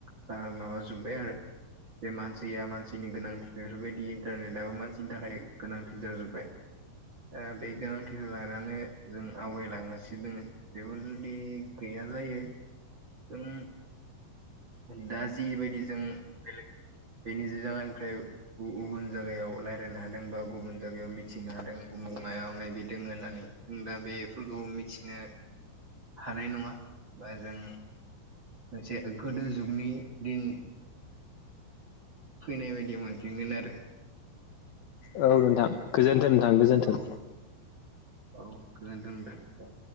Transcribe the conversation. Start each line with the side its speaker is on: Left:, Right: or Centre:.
Right: जाहाल माबाजुब्बाय आरो जे मानसिया मानसिनि गोनांथि बेफोरबायदि इन्टारनेटआबो मानसिनि थाखाय गोनांथि जाजोब्बाय। ओ बे गोनांथिखौ लानानै जों आवगायलांङोसि नो दोङो बेफोर जुदि गैया जायो जों दा जिबायदि जों बेलेग बेनि जायगानिफ्राय गु गुबुन जायगायाव रायलायनो हादों बा गुबुन जायगायाव मिथिनो हादों। उमुग मायबा मायबि दोङो होननानै जों दा बेफोरखौ मिथिनो हानाय नङा बा जों मोनसे गोदो जुगनि दिन फैनाय बायदि मोनफिनगोन आरो।
Left: औ नोंथां गोजोनथों नोंथां गोजोनथों
Right: औ औ गोजोन्थों दे दे